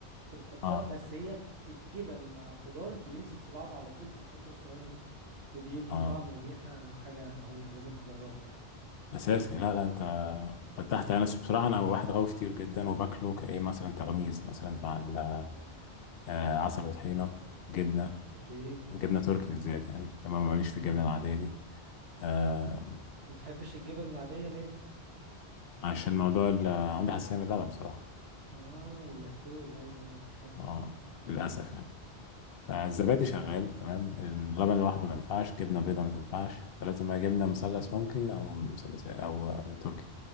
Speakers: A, on the right; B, on the left.
A: انت بتحطها
B: اه
A: بس هي الجبن مع الخضار بيمسك في بعضه على طول في الفترة الصغيرة دي وبيدي
B: اه
A: طعم وريحة حاجة مهولة لازم تجربها يعني
B: اساسي لا لا انت فتحت انا بصراحه انا واحد غاوي فطير جدا وباكله كايه مثلا تغميز مثلا مع ال-
A: مم.
B: آه، عسل وطحينه جبنه
A: أكيد
B: جبنه تركي بالذات يعني عشان ما ماليش في
A: مم.
B: الجبنه العاديه دي آه
A: بتحبش الجبن العادية ليه؟
B: عشان موضوع ال- عندي حساسية من اللبن بصراحة
A: آه اللاكتوز أيوه أيوه افتكرت
B: اه للأسف يعني فالزبادي
A: مم.
B: شغال تمام اللبن لوحده ما ينفعش جبنة بيضة ما تنفعش فلازم بقى جبنة مثلث
A: مم.
B: ممكن أو مثلث إيه، أو آه، تركي